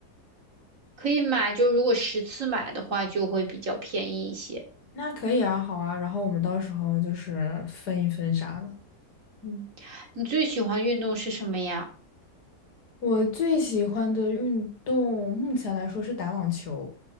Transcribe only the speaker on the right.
可以买，就如果十次买的话，就会比较便宜一些。
嗯，你最喜欢的运动是什么呀？